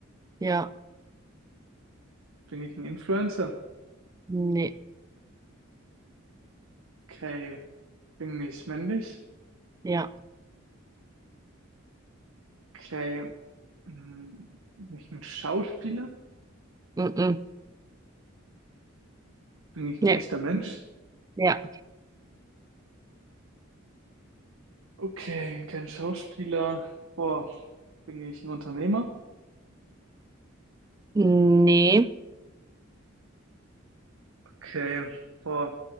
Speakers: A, on the right; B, on the right.
A: Ja,
B: Bin ich ein Influencer?
A: nee,
B: Okay, bin ich männlich?
A: ja,
B: Okay, hm, bin ich ein Schauspieler?
A: mm -mm.
B: Bin ich
A: Nee,
B: ein echter Mensch?
A: ja,
B: Okay, kein Schauspieler. Boah, bin ich ein Unternehmer?
A: nee,
B: Okay, boah,